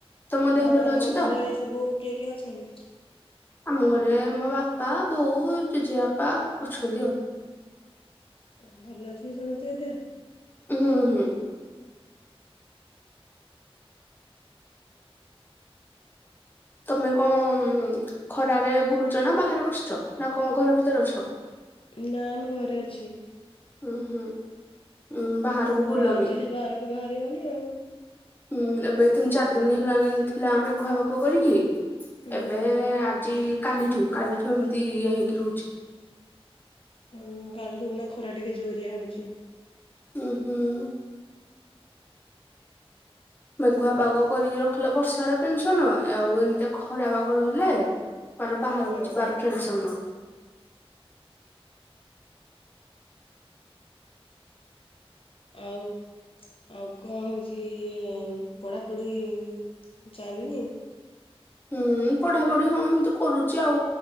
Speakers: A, on the left; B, on the left.
A: ତମ ଦେହ
B: ଆଉ
A: ଭଲ
B: ତମ
A: ଅଛି
B: ଘରେ
A: ତ?
B: ସବୁ କିଏ କିଏ ଅଛନ୍ତି?
A: ଆମ ଘରେ ମୋ ବାପା ବୋଉ ଜେଜେ ବାପା ଅଛନ୍ତି ଆଉ।
B: ହୁଁ ଭଲ ଅଛି ନା ସମସ୍ତି ଙ୍କ ଦେହ।
A: ହୁଁ ହୁଁ। ତମେ କଣ ଖରାରେ ବୁଲୁଛ ନା ବାହାରେ ବସିଛ ନା କଣ ଘର ଭିତରେ ଅଛ?
B: ନା ମୁଁ ଘରେ ଅଛି।
A: ହୁଁ ହୁଁ। ଉଁ ବାହାରକୁ
B: ଖରା
A: ବୁଲନି
B: ହଉଛି ଯେ ବାହାରକୁ ବାହାରି ହଉନି ଆଉ।
A: ହୁଁ ଏବେ ତିନି ଚାର ଦିନ ହେଲାଣି ଥିଲା ମେଘୁଆ ପାଗ କରିକି
B: ହୁଁ
A: ଏବେ ଆଜି। କାଲିଠୁ କାଲିଠୁ ଏମିତି ଇଏ ହେଇକି ରହୁଛି।
B: ହୁଁ କାଲିଠୁ ଏଇନା ଖରା ଟିକେ ଜୋରିଆ ହଉଛି।
A: ଉଁ ହୁଁ। ମେଘୁଆ ପାଗ କରିକି ରଖିଲେ ବର୍ଷାର ଟେନସନ ଆଉ ଏମିତି ଖରା ପାଗ ରହିଲେ। କୁଆଡ଼େ ବାହାରକୁ
B: ହଁ
A: ଯିବାର ଟେନସନ।
B: ଆଉ। ଆଉ କଣ ହଉଛି ଇଏ ପଢାପଢି ଚାଲିନି।
A: ହୁଁ ପଢାପଢି ହଁ ଏମିତି କରୁଛି ଆଉ